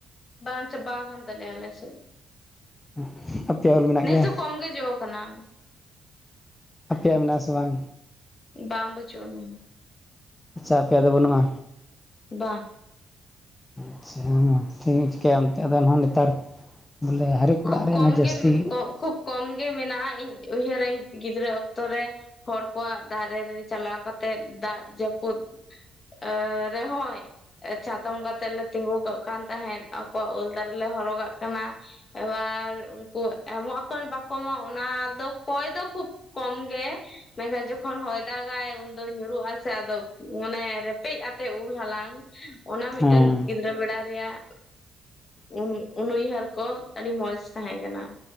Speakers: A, on the left; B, on the left.
A: ᱵᱟᱝ ᱪᱟᱵᱟ ᱟᱠᱟᱱ ᱛᱟᱞᱮᱭᱟ ᱟᱞᱮ ᱥᱮᱫ
B: <inaudible> ᱢᱮᱱᱟᱜ
A: ᱱᱮᱥ
B: ᱜᱮᱭᱟ?
A: ᱫᱚ ᱠᱚᱢ ᱜᱮ ᱡᱚ ᱠᱟᱱᱟ
B: ᱟᱯᱮᱭᱟᱜ ᱢᱮᱱᱟᱜ ᱟ ᱥᱮ ᱵᱟᱝ?
A: ᱵᱟᱝ ᱵᱟᱪᱩᱜ ᱟᱱᱤᱧ
B: ᱟᱪᱷᱟ ᱟᱯᱮᱭᱟᱜ ᱫᱚ ᱵᱟᱹᱱᱩᱜᱼᱟ?
A: ᱵᱟᱸᱜ
B: ᱟᱪᱷᱟ ᱢᱟ ᱱᱚᱛᱮ ᱪᱤᱠᱟ. ᱭᱟᱢ ᱮᱸᱛᱮ ᱫᱚᱦᱟᱸ ᱱᱮᱛᱟᱨ ᱵᱚᱞᱮ ᱦᱟᱨᱮᱠ
A: ᱠᱷᱩᱵ
B: ᱚᱲᱟᱜ ᱨᱮ
A: ᱠᱚᱢ
B: ᱚᱱᱟ ᱡᱟᱹᱥᱛᱤ
A: ᱜᱮ <inaudible> ᱠᱷᱩᱵ ᱠᱚᱢ ᱜᱮ ᱢᱮᱱᱟᱜᱼᱟ ᱤᱧ ᱩᱭᱦᱟᱹᱨᱟᱹᱧ ᱜᱤᱫᱽᱨᱟᱹ ᱚᱠᱛᱚ ᱨᱮ ᱦᱚᱲ ᱠᱚᱣᱟᱜ ᱫᱟᱨᱮ ᱨᱮ ᱪᱟᱞᱟᱣ ᱠᱟᱛᱮᱜ ᱫᱟᱜ ᱡᱟᱹᱯᱩᱫᱽ ᱮ ᱨᱮᱦᱚᱸᱭ ᱪᱟᱛᱚᱢ ᱠᱟᱛᱮᱜ ᱞᱮ ᱛᱤᱸᱜᱩ ᱠᱚᱜ ᱠᱟᱱ ᱛᱟᱦᱮᱸᱫ ᱟᱠᱚᱣᱟᱜ ᱩᱞ ᱫᱟᱨᱮ ᱦᱚᱨᱚᱜᱟᱜ ᱠᱟᱱᱟ ᱮᱵᱟᱨ ᱩᱱᱠᱩ ᱮᱢᱚᱜ ᱟᱠᱚ ᱟᱨ ᱵᱟᱠᱚ ᱮᱢᱚᱜ ᱚᱱᱟ ᱫᱚ ᱠᱚᱭ ᱫᱚ ᱠᱷᱩᱵ ᱠᱚᱢ ᱜᱮ ᱢᱮᱱᱠᱷᱟᱱ ᱡᱚᱠᱷᱚᱱ ᱦᱚᱭ ᱫᱟᱜᱟᱭ ᱩᱱᱫᱚᱭ ᱧᱩᱨᱩᱜ ᱟᱥᱮ ᱟᱫᱚ ᱢᱟᱱᱮ ᱨᱮᱯᱮᱡ ᱟᱛᱮ ᱩᱞ ᱦᱟᱞᱟᱝ ᱚᱱᱟ ᱢᱤᱫ
B: ᱦᱮᱸ
A: ᱴᱮᱱ ᱜᱤᱫᱽᱨᱟᱹ ᱵᱮᱲᱟ ᱨᱮᱭᱟᱜ ᱩᱸᱜ ᱩᱱᱩᱭᱦᱟᱹᱨ ᱠᱚ ᱟᱹᱰᱤ ᱢᱚᱸᱡᱽ ᱛᱟᱦᱮᱸ ᱠᱟᱱᱟ